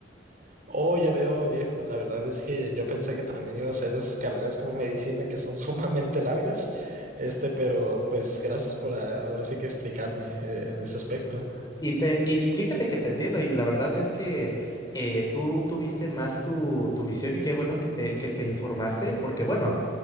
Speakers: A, on the right; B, on the left.
A: Oh, ya veo, viejo. La verdad es que yo pensé que también iba a ser de esas carreras como medicina que son <laughs> sumamente largas. Este, pero pues gracias por ah, ahora sí que explicarme eh, en ese aspecto.
B: Y, te, y fíjate que te entiendo, y la verdad es que eh, tú tuviste más tu, tu visión y qué bueno que te, que te informaste, porque bueno,